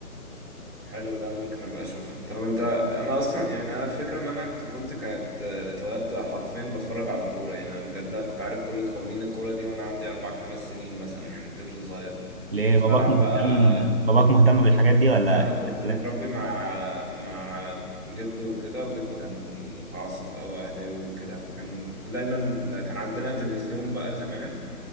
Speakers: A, on the right; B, on the right.
A: حلو ده ممكن أبقى أشوفه طب أنت أنا أصلا يعني أنا الفكرة إن أنا طفولتي كانت آه، اتولدت حرفيا بتفرج على كورة يعني أنا بجد أنا كنت عارف كل قوانين الكورة دي وأنا عندي أربع خمس سنين مثلا يعني طفل صغير
B: ليه
A: كنت
B: باباك
A: بلعب
B: مهتم
A: بقى
B: باباك مهتم بالحاجات دي ولا
A: لا كنت
B: لا
A: متربي مع مع جده وكده وجده كان متعصب قوي اهلاوي وكده فكان دايما كان عندنا تلفزيون بقى زمان